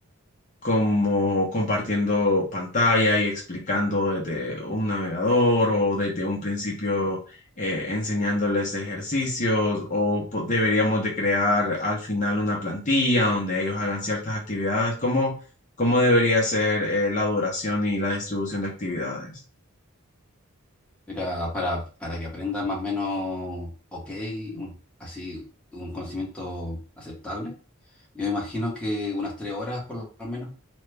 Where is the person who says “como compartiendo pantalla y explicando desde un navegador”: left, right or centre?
Left